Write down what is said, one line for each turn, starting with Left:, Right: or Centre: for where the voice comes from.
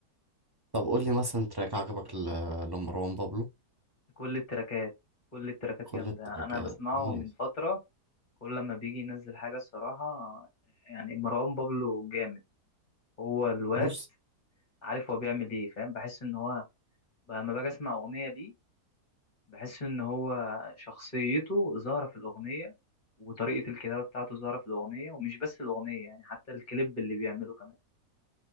Right: طب قول لي مثلا تراك عجبك ل- لمروان بابلو
Left: كل التراكات كل التراكات
Right: كل
Left: جامدة
Right: التراكات
Left: أنا بسمعه
Right: نايس
Left: من فترة كل لما بيجي ينزل حاجة الصراحة يعني مروان بابلو جامد هو الواد
Right: بص
Left: عارف هو بيعمل ايه فاهم بحس ان هو ب- لما باجي اسمع أغنية ليه بحس ان هو شخصيته ظاهرة في الأغنية وطريقة الكتابة بتاعته ظاهرة في الأغنية ومش بس الأغنية يعني حتى الكليب اللي بيعمله كمان